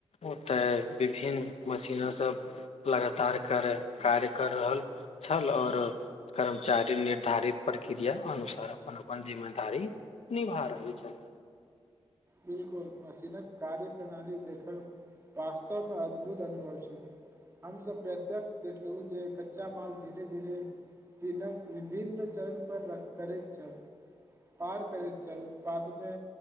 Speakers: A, on the left; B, on the right.
A: ओतय विभिन्न मशीनासभ लगातार कर कार्य कर रहल छल आओर कर्मचारी निर्धारित क्रिया अनुसार अपन अपन जिम्मेदारी निभा रहल छथि।
B: बिलकुल मशीनक कार्य प्रणाली देखब वास्तव मे अद्भुत अनुभव छै हमसब प्रत्यक्ष देखलहु जे कच्चा माल धीरे धीरे पीनम विभिन्न चर पर र करैत छल पार करैत छल उत्पादमे